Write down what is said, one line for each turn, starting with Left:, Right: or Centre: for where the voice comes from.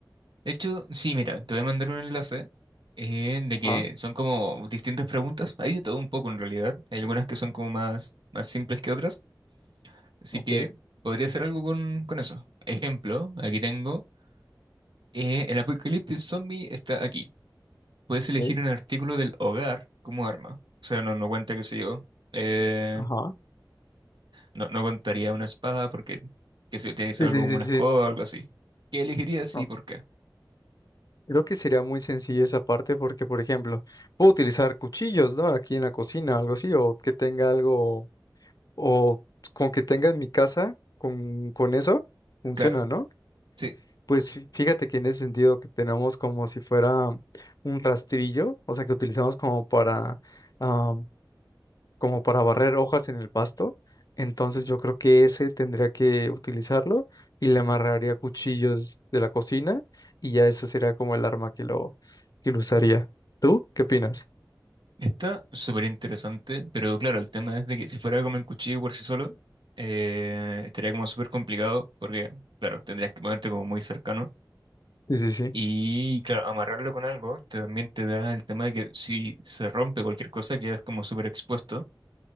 Right: De hecho, sí, mira, te voy a mandar un enlace eh, de
Left: Ajá,
Right: que son como distintas preguntas. Hay de todo un poco en realidad. Hay algunas que son como más, más simples que otras. Así
Left: ok,
Right: que podría hacer algo con, con eso. Ejemplo, aquí tengo, eh, el apocalipsis zombie está aquí. Puedes
Left: ok,
Right: elegir un artículo del hogar como arma. O sea, no, no cuenta, qué sé yo. eh,
Left: ajá.
Right: no, no contaría una espada porque, qué sé yo, tiene que ser
Left: Sí,
Right: algo
Left: sí,
Right: como
Left: sí,
Right: una
Left: sí.
Right: escoba o algo así. ¿Qué elegirías
Left: ok.
Right: y por qué?
Left: Creo que sería muy sencilla esa parte porque, por ejemplo, puedo utilizar cuchillos, ¿no? Aquí en la cocina, algo así, o que tenga algo o con que tenga en mi casa, con, con eso, funciona,
Right: Claro.
Left: ¿no?
Right: sí.
Left: Pues fí- fíjate que en ese sentido que tenemos como si fuera un rastrillo, o sea, que utilizamos como para, ah, como para barrer hojas en el pasto. Entonces yo creo que ese tendría que utilizarlo y le amarraría cuchillos de la cocina y ya ese sería como el arma que lo, que lo usaría. ¿Tú qué opinas?
Right: Está súper interesante, pero claro, el tema es de que si fuera como un cuchillo por sí solo, eh, estaría como súper complicado porque, claro, tendrías que ponerte como muy cercano.
Left: Sí, sí, sí.
Right: Y claro, amarrarlo con algo te- también te da el tema de que si se rompe cualquier cosa quedas como súper expuesto.